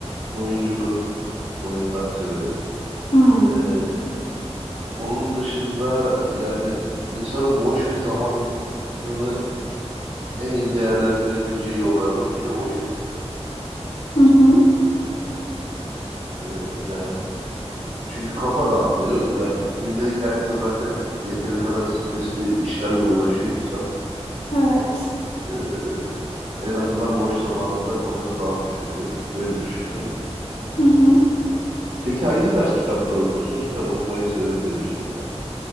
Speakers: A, on the right; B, on the left.
A: oyunculu oyunlar severim.
B: Hmm.
A: Ee, onun dışında yani insanın boş bir zamanını en iyi değerlendirebileceği yollardan biri oyundur bence.
B: Hı hı.
A: Ee, yani çünkü kafa dağılıyor. Yani gündelik hayatta zaten yeteri kadar stresli işlerle uğraşıyor insan.
B: Evet.
A: Ee, en azından boş zamanında kafası dağılmış oluyor. Öyle düşünüyorum.
B: Hı hı.
A: Peki hangi tarz kitaplar okursun? Kitap okumayı severim demiştin ya.